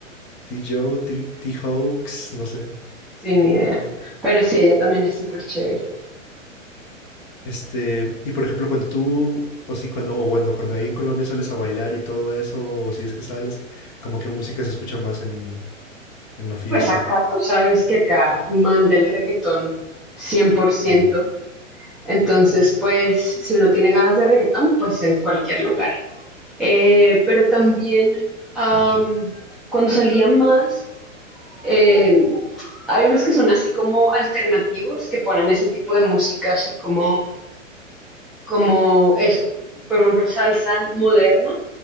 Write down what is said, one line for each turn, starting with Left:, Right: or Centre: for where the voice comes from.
Left: Ti- Joe, Tri- Ti- Hawks, no sé.
Centre: sin idea. Pero sí, ella también es súper chévere.
Left: Este, y por ejemplo, cuando tú, o si cuando, o cuando, cuando ahí en Colombia sales a bailar y todo eso, o si es que sales, como que música se escucha más en, en la fiesta.
Centre: Pues acá, tú sabes que acá manda el reggaetón 100%.
Left: Sí.
Centre: Entonces, pues, si uno tiene ganas de reggaetón, pues en cualquier lugar. Eh, pero también, am, cuando salía más, eh, hay unos que son así como alternativos, que ponen ese tipo de música así como como eso, por ejemplo, salsa moderna,